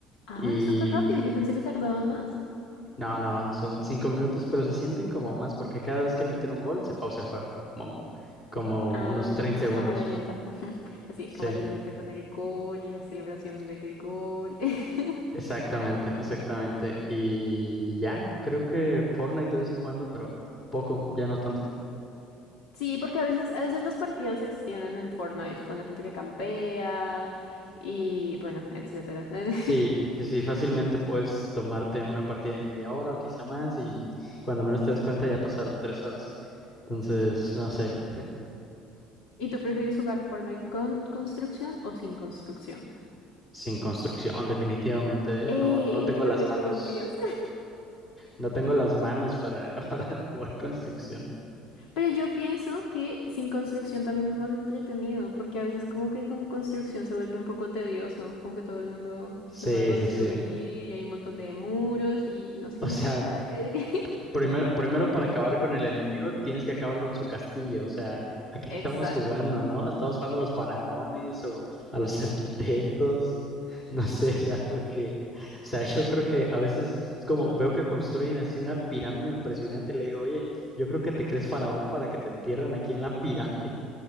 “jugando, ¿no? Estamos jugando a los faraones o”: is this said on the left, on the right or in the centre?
Left